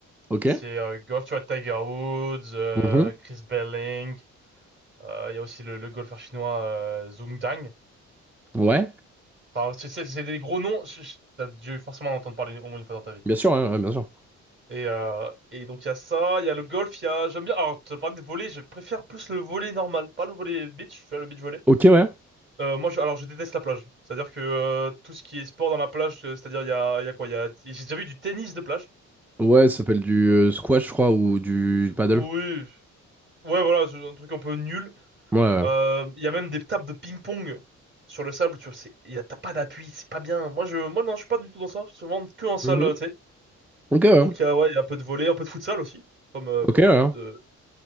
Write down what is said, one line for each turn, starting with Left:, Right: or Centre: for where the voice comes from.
Centre: Ok.
Right: C'est euh, golf, tu vois, Tiger Woods, euh,
Centre: Mhm.
Right: Chris Belling. euh, Il y a aussi le, le golfeur chinois euh, Zhong Dang.
Centre: Ouais.
Right: Enfin, c'est c'est- c'est des gros noms, je- je- t'as dû forcément en entendre parler au moins une fois dans ta vie.
Centre: Bien sûr, hein, ouais, bien sûr.
Right: Et, euh, et donc il y a ça, il y a le golf, il y a... J'aime bien, alors tu parles de volley, je préfère plus le volley normal, pas le volley beach, tu vois, le beach volley.
Centre: Ok ouais.
Right: Euh, moi, je, alors je déteste la plage, c'est-à-dire que euh, tout ce qui est sport dans la plage, euh, c'est-à-dire il y a, il y a quoi, il y a... J'ai déjà vu du tennis de plage.
Centre: Ouais, ça s'appelle du euh, squash, je crois, ou du paddle.
Right: Oui, ouais voilà, c'est un truc un peu nul.
Centre: Ouais, ouais.
Right: Euh, Il y a même des tables de ping-pong sur le sable, tu vois, c'est, il y a- t'as pas d'appui, c'est pas bien. Moi, je, moi non, je suis pas du tout dans ça, souvent que en salle,
Centre: Mhm.
Right: euh, tu sais.
Centre: Ok ouais.
Right: Donc il y a, ouais, il y a un peu de volley, un peu de futsal aussi, comme, euh,
Centre: Ok
Right: comme
Centre: ouais. hein.
Right: toute, euh,